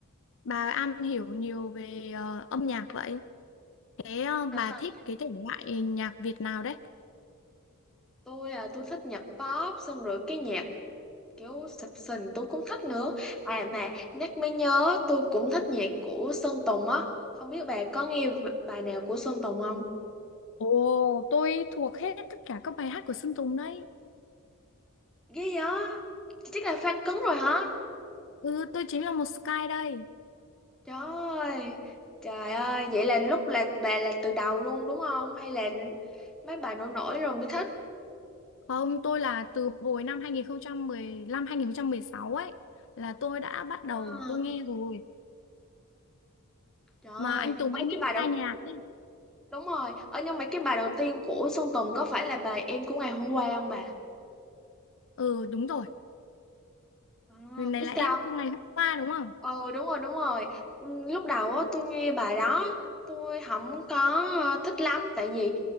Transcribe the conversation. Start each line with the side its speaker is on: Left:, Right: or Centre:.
Left: bà am hiểu nhiều về ờ, âm nhạc vậy. Thế ờ,
Centre: <laughs>
Left: bà thích cái thể loại nhạc Việt nào đấy?
Centre: Tôi là tôi thích nhạc pop, xong rồi cái nhạc kiểu sập sình tôi cũng thích nữa. À mà nhắc mới nhớ tôi cũng thích nhạc của Sơn Tùng á. Không biết bà có nghe bài nào của Sơn Tùng không?
Left: Ồ, tôi thuộc hết tất cả các bài hát của Sơn Tùng đấy.
Centre: Ghê vậy? Chắc là fan cứng rồi hả?
Left: Ừ, tôi chính là một Sky đây.
Centre: Trời ơi, trời ơi, vậy là lúc là bà là từ đầu luôn đúng không? Hay là mấy bà nổi nổi rồi mới thích?
Left: Không, tôi là từ hồi năm 2015 sáu ấy là tôi đã bắt đầu
Centre: À,
Left: tôi nghe rồi.
Centre: trời ơi,
Left: Mà anh Tùng
Centre: ở
Left: anh ấy
Centre: cái bài đầu
Left: tai nhạc ấy.
Centre: đúng rồi, ở nhưng mà cái bài đầu tiên của Sơn Tùng có phải là bài Em của ngày hôm qua không bà?
Left: Ừ, đúng rồi.
Centre: À,
Left: Người này
Centre: biết
Left: là em
Centre: sao
Left: của ngày hôm qua đúng không?
Centre: Ờ đúng rồi đúng rồi Ừ, lúc đầu á tôi nghe bài đó tôi không có ờ, thích lắm tại vì